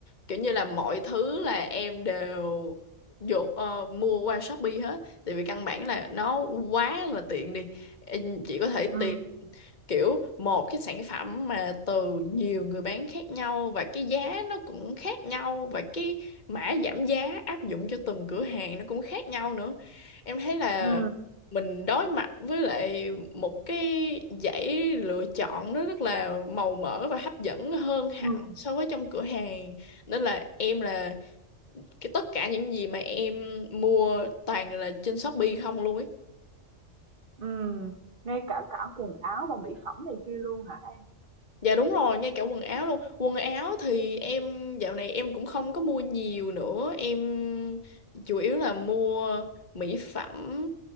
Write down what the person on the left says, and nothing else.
Kiểu như là mọi thứ là em đều dụ ờ, mua qua Shopee hết tại vì căn bản là nó quá là tiện đi. Em chỉ có thể
tìm kiểu một cái sản phẩm mà từ nhiều người bán khác nhau và cái giá nó cũng khác nhau và cái mã giảm giá áp dụng cho từng cửa hàng nó cũng khác nhau nữa em thấy là
mình đối mặt với lại một cái dãy lựa chọn nó rất là màu mỡ và hấp dẫn hơn hẳn
so với trong cửa hàng nên là em là cái tất cả những gì mà em mua toàn là trên Shopee không luôn ấy
Dạ đúng rồi, ngay cả quần áo luôn. Quần áo thì em dạo này em cũng không có mua nhiều nữa. Em chủ yếu là mua mỹ phẩm